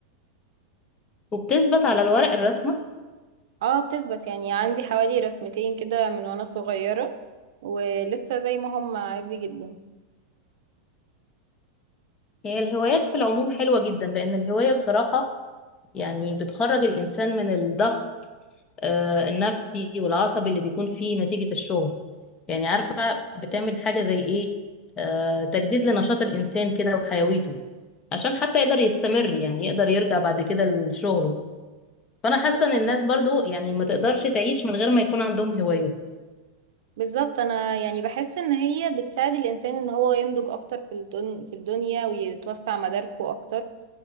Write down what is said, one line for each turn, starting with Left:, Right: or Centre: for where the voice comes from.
Left: وبتثبت على الورق الرسمة
Right: اه بتثبت يعني عندي حوالي رسمتين كده من وانا صغيرة ولسه زي ما هم عادي جدا
Left: هي الهوايات في العموم حلوة جدا لأن الهواية بصراحة يعني بتخرج الإنسان من الضغط آه، النفسي والعصبي اللي بيكون فيه نتيجة الشغل يعني عارفة بتعمل حاجة زي إيه آه، تجديد لنشاط الإنسان كده وحيويته عشان حتى يقدر يستمر يعني يقدر يرجع بعد كده لشغله فأنا حاسة
Right: بالظبط
Left: إن الناس برضو يعني ما تقدرش تعيش من غير ما يكون عندهم هوايات
Right: بالظبط، انا يعني بحس ان هي بتساعد الانسان ان هو ينضج اكتر في الدن في الدنيا ويتوسع مداركه اكتر